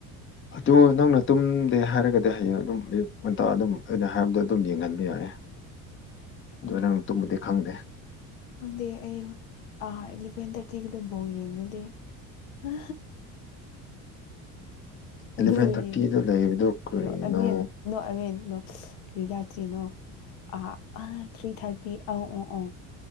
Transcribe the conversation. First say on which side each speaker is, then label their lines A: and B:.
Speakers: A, on the left (about 30°); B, on the left (about 80°).
A: ꯑꯗꯨ ꯅꯪꯅ ꯇꯨꯝꯗꯦ ꯍꯥꯏꯔꯒꯗꯤ ꯍꯌꯦꯡ ꯑꯗꯨꯝ ꯉ ꯑꯗꯨꯝ ꯑꯩꯅ ꯍꯥꯏꯕꯗꯣ ꯑꯗꯨꯝ ꯌꯦꯡꯍꯟꯕ ꯌꯥꯏꯦ ꯑꯗꯨ
B: ꯑꯣ
A: ꯅꯪ ꯇꯨꯝꯕꯨꯗꯤ ꯈꯪꯗꯦ
B: ꯈꯪꯗꯦ ꯑꯩꯥ ꯏꯂꯚꯦꯟ ꯊꯥꯔꯇꯤꯒꯤꯗꯐꯥꯎ ꯌꯦꯡꯒꯗꯦ ꯍꯥ
A: ꯑꯦꯂꯚꯦꯟ
B: ꯑꯗꯨꯗꯤ
A: ꯊꯥꯔꯇꯤꯗ ꯂꯩꯕꯗꯣ ꯀꯔꯤꯅꯣ
B: ꯑꯦꯟ ꯅꯣ ꯑꯕꯦꯟ ꯅꯣ ꯀ꯭ꯔꯤ ꯔꯥꯇꯤꯅꯣ ꯑ ꯑ ꯊ꯭ꯔꯤ ꯊꯥꯔꯇꯤ ꯑ ꯑ ꯑ